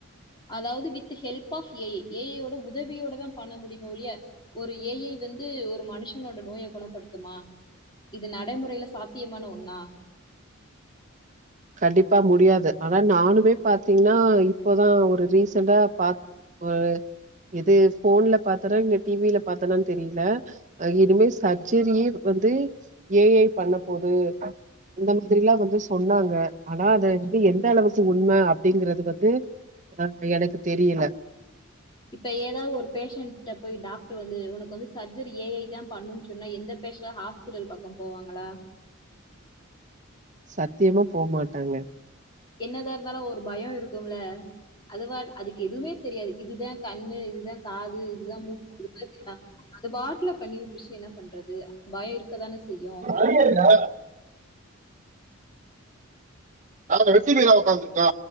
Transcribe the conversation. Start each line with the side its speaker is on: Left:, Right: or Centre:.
Left: அதாவ்து with help of A I A I யோட உதவியோட தா பண்ண முடியுமோ வொழியே ஒரு ஏ ஐ வந்து ஒரு மனுஷனோட நோய குணப்படுத்துமா இது நடைமுறையில சாத்தியமான ஒன்னா
Right: கண்டிப்பா முடியாது ஆனா நானுமே பாத்தீங்ன்னா இப்பதா ஒரு ரீசண்டா பா ஒரு எது ஃபோன்ல பாத்தனா இல்ல டி வி ல பாத்தனான் தெரியில இனிமே சர்ஜரியே வந்து ஏ ஐ பண்ண போது இந்த மாதிரிலா வந்து சொன்னாங்க ஆனா அத வந்து எந்த அளவுக்கு உண்ம அப்டிங்கறது வந்து அ எனக்கு தெரியில
Left: இப்ப எதாவ்து ஒரு பேஷண்ட போய் டாக்ட்ரு வந்து உனக்கு வந்து சர்ஜரி ஏ ஐ தா பண்ணு சொன்னா எந்த பேசன் ஆ ஸ்பிட்டல் பக்கோ போவாங்களா
Right: சத்தியமா போமாட்டாங்க
Left: என்னதா இருந்தாலும் ஒரு பயம் இருக்குல்ல அதுவ அதுக்கு எதுமே தெரியாது இதுதா கண்ணு இதுதா காது இதுதா மூக்குலா அது பாட்டல பண்ணி விட்டுருச்சு ஏன்னா பண்றது பயம் இருக்கதானே செய்யும்
Right: அதேதா நாங்க <unintelligible> ஓக்காந்துருக்கோ